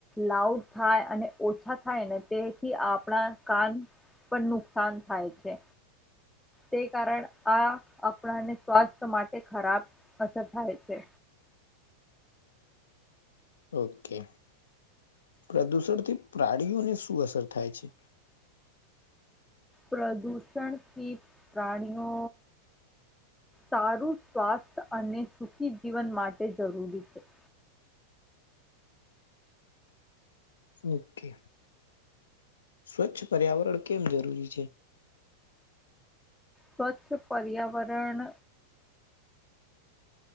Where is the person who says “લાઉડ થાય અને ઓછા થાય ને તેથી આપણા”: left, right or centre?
Centre